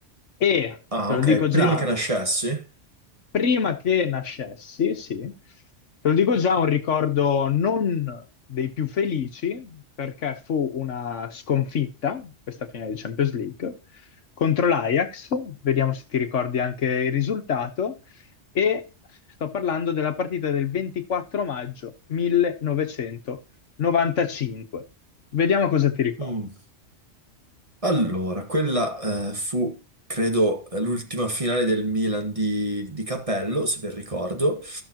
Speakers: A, on the left; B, on the right.
A: e,
B: Ah,
A: te lo
B: ok,
A: dico già,
B: prima che nascessi.
A: Prima che nascessi, sì, te lo dico già, un ricordo non dei più felici, perché fu una sconfitta, questa finale di Champions League, contro l'Ajax, vediamo se ti ricordi anche il risultato, e sto parlando della partita del 24 maggio 1995. Vediamo cosa ti ricordi.
B: Mm. Allora, quella eh, fu, credo, l'ultima finale del Milan di, di Cappello, se ben ricordo.